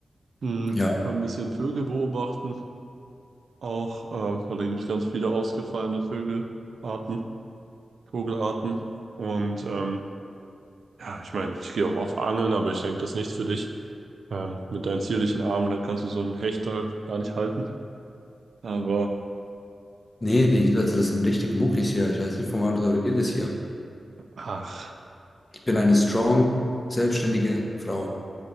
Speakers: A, on the right; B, on the left.
A: Mhm.
B: Ja,
A: Wir können ein bisschen Vögel beobachten. auch, äh, weil da gibt es ganz viele ausgefallene Vögelarten, Vogelarten. Und ähm, ja, ich meine, ich gehe auch auf Angeln, aber ich denke, das ist nichts für dich. Ähm, mit deinen zierlichen Armen, da kannst du so einen Hecht da gar nicht halten. Aber
B: nee, die, also das sind richtige Muckis hier. Ich weiß nicht, von wann du redest hier.
A: ach,
B: Ich bin eine strong, selbstständige Frau.